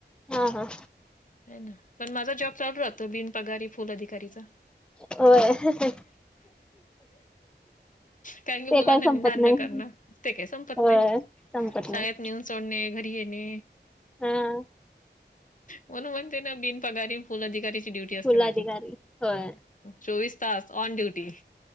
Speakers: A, in the centre; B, on the left (about 45°).
A: हा हा
B: आहे ना, पण माझा जॉब चालू राहतो, बिन पगारी फुल अधिकारीचा.
A: होय
B: कारण की
A: ते
B: मुलांना,
A: काय संपत
B: नेहण आणण
A: नाही
B: करण ते काही संपत
A: होय
B: नाही,
A: संपत
B: शाळेत
A: नाही
B: नेहून सोडणे, घरी येणे,
A: हा
B: म्हणून म्हणते ना बिन पगारी फुल अधिकारीची ड्युटी असते
A: फुल
B: माझी,
A: अधिकारी होय
B: चोवीस तास ऑन ड्युटी.